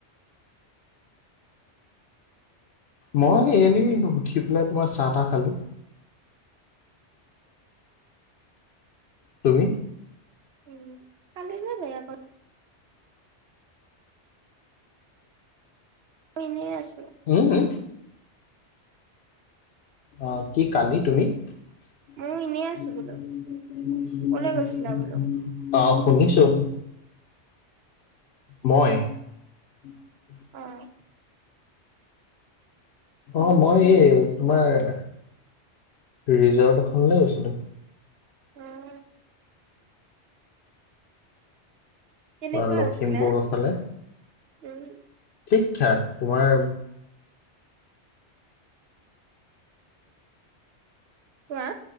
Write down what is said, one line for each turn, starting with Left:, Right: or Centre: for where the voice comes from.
Left: মই এনেই উঠি পেলাই তোমাৰ চাহ তাহ খালো। তুমি?
Right: উম কালি যে দেখা ক'ত অ' ইনেই আছোঁ।
Left: হু হু অ' কি কালি তুমি <unintelligible>
Right: ময়ো এনেই আছো বোলো কলে গৈছিলা বোলো
Left: অঁ শুনিছো, মই <unintelligible>
Right: ওঁ
Left: অঁ, মই এই তোমাৰ ৰিজৰ্ট এখনলে গৈছিলো।
Right: উম। কেনেকুৱা
Left: তোমাৰ লখিমপুৰৰ
Right: আছিলে?
Left: ফালে
Right: উম
Left: ঠিক ঠাক, তোমাৰ
Right: কোৱা